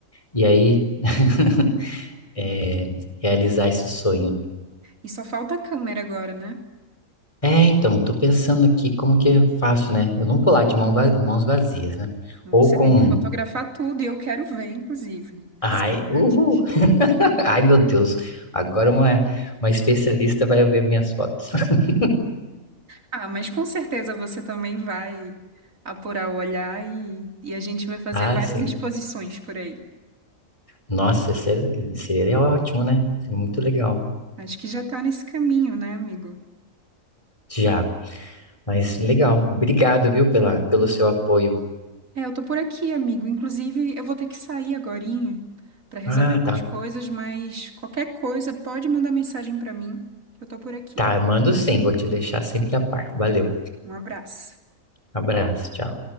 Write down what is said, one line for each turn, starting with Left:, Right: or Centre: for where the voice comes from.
Left: e aí <laughs> é, realizar esse sonho.
Right: E só falta a câmera agora, né?
Left: É, então, tô pensando aqui como que eu faço, né? Eu não vou lá de mão va- mãos vazias, né?
Right: Você
Left: Ou com.
Right: tem
Left: um,
Right: que fotografar tudo e eu quero ver, inclusive, <laughs> essas
Left: Ai,
Right: imagens.
Left: uhul! <laughs> Ai, meu Deus! Agora uma, uma especialista vai ver minhas fotos. <laughs>
Right: Ah, mas com certeza você também vai apurar o olhar e, e a gente vai fazer
Left: Ah,
Right: várias
Left: sim.
Right: exposições por aí.
Left: Nossa, seria, seria ótimo, né? Seria Muito legal.
Right: Acho que já tá nesse caminho, né, amigo?
Left: Já, mas legal. Obrigado, viu, pela, pelo seu apoio.
Right: É, eu tô por aqui, amigo. Inclusive, eu vou ter que sair agorinho para resolver
Left: Ah,
Right: umas
Left: tá.
Right: coisas, mas qualquer coisa pode mandar mensagem para mim, que eu tô por aqui.
Left: Tá, eu mando sim, vou te deixar sempre a par. Valeu,
Right: Um abraço.
Left: abraço, tchau.